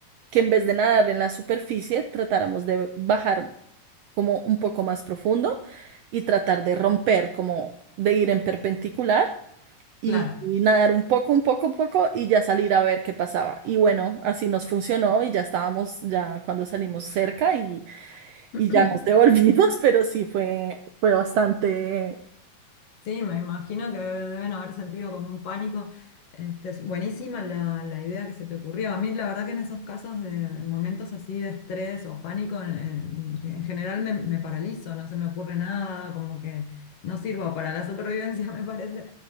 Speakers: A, on the right; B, on the left.
A: que en vez de nadar en la superficie, tratáramos de bajar como un poco más profundo y tratar de romper, como de ir en perpendicular y,
B: Claro.
A: y nadar un poco, un poco, un poco y ya salir a ver qué pasaba. Y bueno, así nos funcionó y ya estábamos, ya cuando salimos cerca y,
B: <clears throat>
A: y ya nos devolvimos, <laughs> pero sí fue, fue bastante
B: Sí, me imagino que deben haber sentido como un pánico. Este, es buenísima la, la idea que se te ocurrió. A mí la verdad que en esos casos de, de momentos así de estrés o pánico, en, que en general me, me paralizo, no se me ocurre nada, como que no sirvo para la supervivencia, <laughs> me parece.